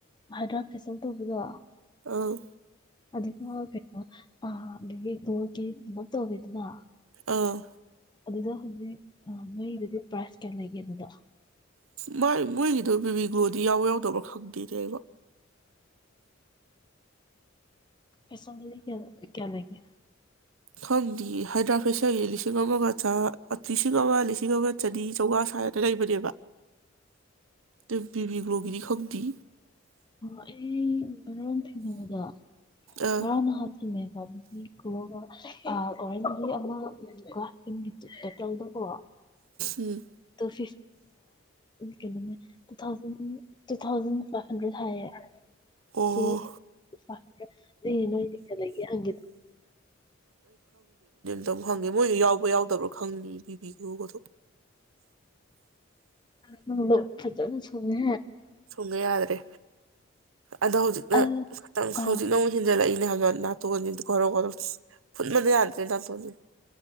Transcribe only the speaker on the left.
ꯍꯥꯏꯗ꯭ꯔꯥꯛ ꯐꯦꯁꯜ ꯇꯧꯕꯗꯣ
ꯑꯗꯨ ꯀꯣ ꯑ ꯇꯒꯤꯦ ꯃ ꯇꯧꯕꯤ ꯑꯗꯨꯃ
ꯑꯗꯨꯗ ꯍꯧꯖꯤꯛ ꯅꯣꯏꯗꯗꯤ ꯄ꯭ꯔꯥꯏꯖ ꯀꯌꯥ ꯂꯩꯒꯦ ꯑꯗꯨꯗ
ꯐꯩꯁꯣꯗ ꯀꯌꯥ ꯀꯌꯥ ꯂ ꯀꯦ
ꯑꯩ ꯉꯔꯥꯡ ꯊꯦꯡꯅꯕꯗꯣ
ꯉꯔꯥꯡ ꯅꯍꯥ ꯊꯦꯡꯉꯕꯄꯤ ꯀꯒ ꯑꯔ ꯃ ꯑ ꯆꯇꯗ ꯄꯣ
ꯇ ꯐ ꯀꯩꯅꯣꯅꯦ ꯇꯨ ꯊꯥꯎꯖꯟ ꯇꯨ ꯊꯥꯎꯖꯟ ꯐ ꯑꯗꯨ ꯊꯌꯦ
ꯇ ꯐ ꯑꯗꯨ ꯅꯣꯏ ꯂꯩꯦ ꯍꯪ
ꯅꯪ ꯂ ꯈꯖꯅ ꯁꯅꯦ
ꯑꯗꯨ
ꯑꯥ